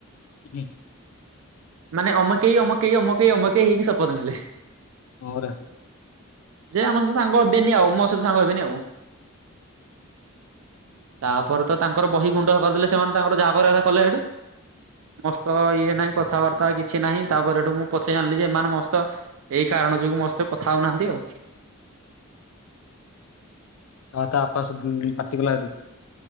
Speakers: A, on the left (about 75°); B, on the right (about 70°).
A: ହୁଁ ହୁ
B: ମାନେ ଅମକେଇ ଅମକେହି ଅମକେହି ଅମକେହି ହେଇକି ଶପଥ ନେଲେ।
A: ଆରେ
B: ଯେ ଆମ ସହିତ ସାଙ୍ଗ ହେବେନି ଆଉ ମୋ ସହିତ ସାଙ୍ଗ ହେବେନି ଆଉ। ତା ପରେ ତ ତାଙ୍କର ବହି ଗୁଣ୍ଡ କରିଦେଲେ ସେମାନେ ତାଙ୍କର ଯାହା କରିବା କଲେ ସେଠୁ ମସ୍ତ ଇଏ ନାହିଁ କଥାବାର୍ତ୍ତା କିଛି ନାହିଁ ତାପରେ ସେଠୁ ମୁଁ ପଛେଇ ଆଣିଲି ଯେ ଏମାନେ ମୋ ସହିତ ଏଇ କାରଣ ଯୋଗୁ ମୋ ସହିତ କଥା ହଉନାହାନ୍ତି ଆଉ।
A: ଆ ତା ଵାପା ସୁଵୁଦିନ ପାଟିକଲା ସେଇଠୁ